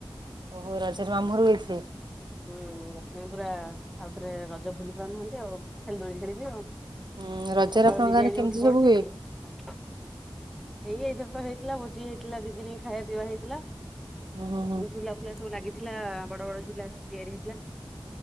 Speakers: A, on the right; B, in the centre.
A: ଓହୋ ରଜରେ ମାମୁଁ ଘର କୁ ଯାଇଥିଲେ
B: ହୁଁ ସେଥିପାଇଁ ପୁରା ଆଉ ଥରେ ରଜ ଭୁଲି ପାରୁନାହାନ୍ତି ଆଉ ଖାଲି ଦୋଳି ଖେଳିବି ଆଉ
A: ହୁଁ ରଜରେ
B: ସକାଳୁ
A: ଆପଣଙ୍କ
B: ନିଜେ
A: ଗାଁରେ
B: ନିଜେ
A: କେମିତି
B: ଉଠି ପଡୁଛି
A: ସବୁ ହୁଏ?
B: ଲି ଏଇ ଏଇଥର ତ ହେଇଥିଲା ଭୋଜି ହେଇଥିଲା ଦି ଦିନ ଖାଇବା ପିଇବା ହେଇଥିଲା।
A: ହୁଁ ହୁଁ ହୁଁ
B: ଝୁଲା ଫୁଲା ସବୁ ଲାଗିଥିଲା ବଡ ବଡ ଝୁଲା ସବୁ ତିଆରି ହେଇଥିଲା।